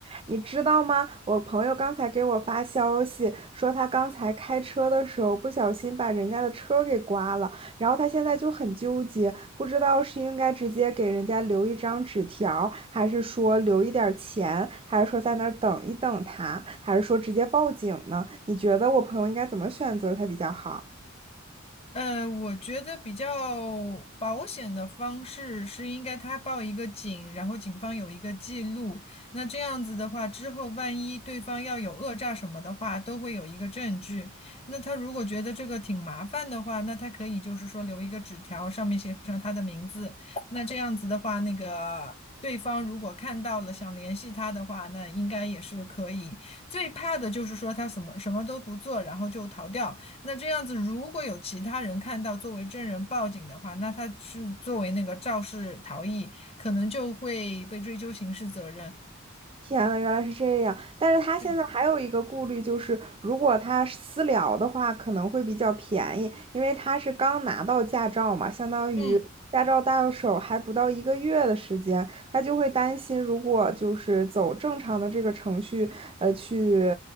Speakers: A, on the right (about 25°); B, on the left (about 30°).
A: 你知道吗？我朋友刚才给我发消息说，他刚才开车的时候不小心把人家的车给刮了，然后他现在就很纠结，不知道是应该直接给人家留一张纸条，还是说留一点钱，还是说在那儿等一等他，还是说直接报警呢？你觉得我朋友应该怎么选择才比较好？
B: 呃，我觉得比较保险的方式是应该他报一个警，然后警方有一个记录。那这样子的话，之后万一对方要有讹诈什么的话，都会有一个证据。那他如果觉得这个挺麻烦的话，那他可以就是说留一个纸条，上面写上他的名字。那这样子的话，那个对方如果看到了想联系他的话，那应该也是可以。最怕的就是说他什么什么都不做，然后就逃掉。那这样子，如果有其他人看到作为证人报警的话，那他是作为那个肇事逃逸，可能就会被追究刑事责任。
A: 天呐，原来是这样！但是他现在还有一个顾虑，
B: 对，
A: 就是如果他私聊的话，可能会比较便宜，因为他是刚拿到驾照嘛，相当于驾照到手还不到一个月的时间，
B: 嗯，
A: 他就会担心，如果就是走正常的这个程序，呃，去